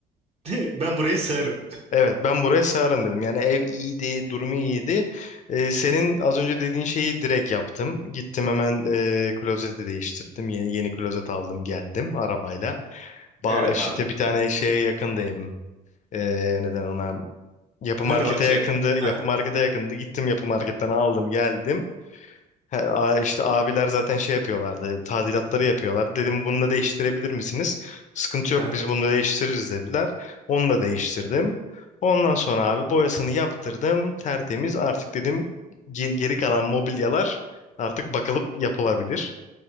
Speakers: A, on the right; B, on the left.
A: <laughs> Ben buraya sığarım.
B: Evet ben buraya sığarım dedim. Yani ev iyiydi, durumu iyiydi. Ee, senin az önce dediğin şeyi direkt yaptım. Gittim hemen e, klozeti değiştirdim. Yeni, yeni klozet aldım geldim arabayla. Ba
A: Evet
B: işte
A: abi.
B: bir tane şeye yakındı evim. Ee, neden ona? Yapı
A: Hırdavatçıya.
B: markete yakındı. Yapı
A: Aha,
B: markete yakındı. Gittim yapı marketten aldım geldim. He, a- işte abiler zaten şey yapıyorlardı. Tadilatları yapıyorlardı. Dedim bunu da değiştirebilir misiniz? Sıkıntı yok
A: aha.
B: biz bunu değiştiririz dediler. Onu da değiştirdim. Ondan sonra abi boyasını yaptırdım. Tertemiz artık dedim ge- geri kalan mobilyalar artık bakılıp yapılabilir.